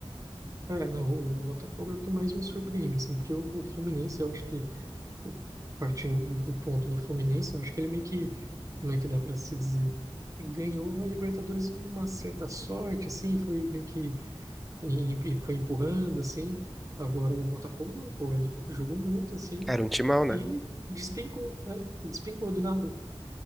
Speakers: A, on the right (about 30°); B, in the centre.
A: É, não, o Botafogo é o que mais me surpreende, assim, porque o, o Fluminense, eu acho que, o- partindo do, do ponto do Fluminense, eu acho que ele meio que, como é que dá para se dizer, ganhou a Libertadores com uma certa sorte, assim, foi meio que, em- em- foi empurrando, assim, agora o Botafogo não, pô, ele jogou muito, assim,
B: Era um timão, né?
A: e despencou, né, despencou do nada.